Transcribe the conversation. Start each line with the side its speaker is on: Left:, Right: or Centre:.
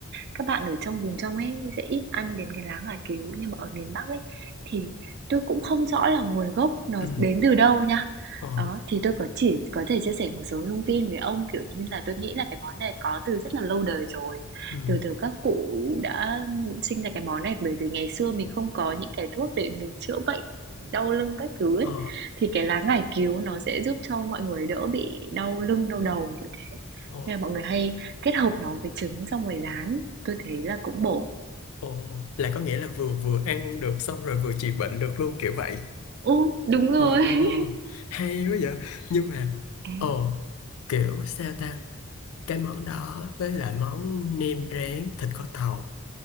Right: các bạn ở trong vùng trong ấy sẽ ít ăn đến cái lá ngải cứu nhưng mà ở miền Bắc ấy thì tôi cũng không rõ là nguồn gốc nó
Left: ừ,
Right: đến từ đâu nha.
Left: ờ,
Right: Đó, thì tôi có chỉ có thể chia sẻ một số thông tin với ông kiểu như là tôi nghĩ là cái món này có từ rất là lâu đời rồi.
Left: ừ,
Right: Từ từ các cụ đã sinh ra cái món này bởi vì ngày xưa mình không có những cái thuốc để mình chữa bệnh đau lưng các thứ
Left: ờ,
Right: ấy, thì cái lá ngải cứu nó sẽ giúp cho mọi người đỡ bị đau lưng, đau đầu kiểu thế.
Left: ờ,
Right: Nên là mọi người hay kết hợp nó với trứng xong rồi rán. Tôi thấy là cũng bổ.
Left: ờ. Là có nghĩa là vừa vừa ăn được xong rồi vừa trị bệnh được luôn kiểu vậy.
Right: Ừ, đúng rồi.
Left: Ờ, hay quá vậy. Nhưng mà,
Right: <laughs>
Left: ờ, kiểu sao ta? Cái món đó với lại món nem rán thịt kho tàu.